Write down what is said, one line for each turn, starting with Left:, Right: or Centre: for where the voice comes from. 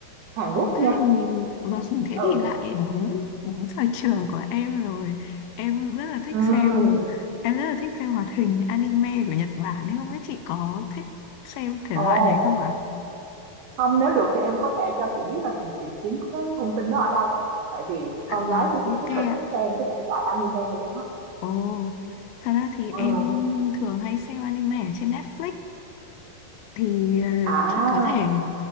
Right: Hàn
Left: Ồ
Right: Quốc nha.
Left: thế thì vâng <laughs> thế
Right: Ừ,
Left: thì lại đúng đúng sở trường của em rồi em rất là thích
Right: ừm,
Left: xem em rất là thích xem hoạt hình anime của Nhật Bản nên không biết chị có thích xem thể
Right: ồ,
Left: loại này không ạ?
Right: không, nếu được thì em có thể cho chị biết là mình tìm kiếm cái thông tin đó ở đâu không Tại vì
Left: Dạ
Right: con
Left: vâng
Right: gái của
Left: ok
Right: chị rất
Left: ạ.
Right: là thích xem cái thể loại anime luôn á.
Left: Ồ thật ra thì
Right: Ồ.
Left: em thường hay xem anime ở trên Netflix thì ờ,
Right: À.
Left: chị có thể